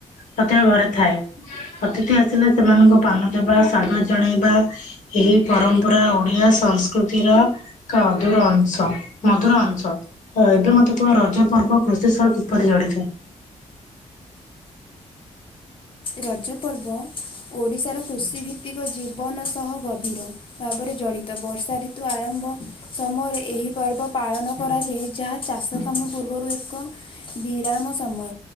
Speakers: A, on the left; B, on the left.
A: ପ୍ରତ୍ୟକ ଘରେ ଥାଏ। ଅତିଥି ଆସିଲେ ସେମାନଙ୍କୁ ପାନ ଦେବା ସ୍ୱାଗତ ଜଣେଇବା। ଏହି ପରମ୍ପରା ଓଡିଆ ସଂସ୍କୃତିର ଏକ ଅଧୁର ଅଂଶ ମଧୁର ଅଂଶ। ହଁ ଏବେ ମଧ୍ଯ କଣ ରଜ ପର୍ବ କୃଷି ସହ କିପରି ପଡିଥାଏ?
B: ରଜପର୍ବ ଓଡ଼ିଶାର କୃଷିଭିତ୍ତିକ ଜୀବନ ସହ ଗଭୀର। ଭାବରେ ଜଡ଼ିତ, ବସ ର୍ଷା ରିତୁ ଆରମ୍ଭ ସମୟରେ ଏହି ପର୍ବ ପାଳନ କରାଯାଏ, ଯାହା ଚାଷ କାମ ପୂର୍ବରୁ ଏକ ବିରାମ ସମୟ,